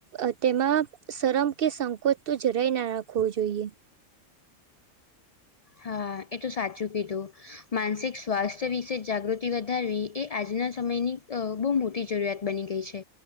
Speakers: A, on the right; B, on the left.
A: અ તેમાં શરમ કે સંકોચ તો જરાય ના રાખવું જોઈએ.
B: હા એ તો સાચું કીધું. માનસિક સ્વાસ્થ્ય વિશે જાગૃતિ વધારવી એ આજના સમયની અ બહુ મોટી જરૂરિયાત બની ગઈ છે